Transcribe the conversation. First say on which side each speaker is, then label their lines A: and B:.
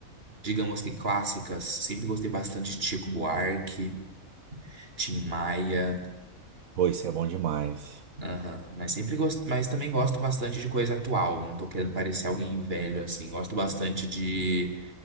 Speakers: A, on the right (about 45°); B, on the right (about 75°).
A: digamos que clássicas. Sempre gostei bastante de Chico Buarque, Tim Maia,
B: Pô, isso é bom demais.
A: aham. Mas sempre gosto, mas também gosto bastante de coisa atual. Não tô querendo parecer alguém velho assim. Gosto bastante de